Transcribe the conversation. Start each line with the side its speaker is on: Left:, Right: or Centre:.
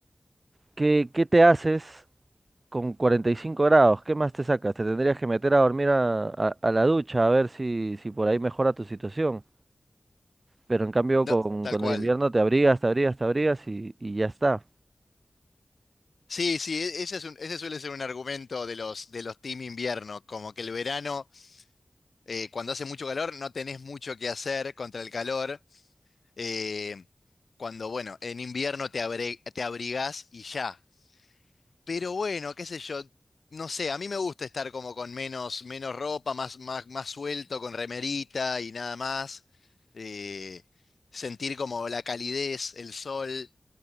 Right: ¿qué, qué te haces? con 45 grados, ¿qué más te sacas? Te tendrías que meter a dormir a, a- a la ducha a ver si, si por ahí mejora tu situación. Pero en cambio
Left: No,
Right: con,
Left: tal
Right: con
Left: cual.
Right: el invierno te abrigas, te abrigas, te abrigas y, y ya está.
Left: Sí, sí, e- ese es un- ese suele ser un argumento de los, de los team invierno, como que el verano, eh, cuando hace mucho calor, no tenés mucho que hacer contra el calor, eh, cuando, bueno, en invierno te abre- te abrigás y ya. Pero bueno, qué sé yo, no sé, a mí me gusta estar como con menos, menos ropa, más, más, más suelto, con remerita y nada más, eh, sentir como la calidez, el sol.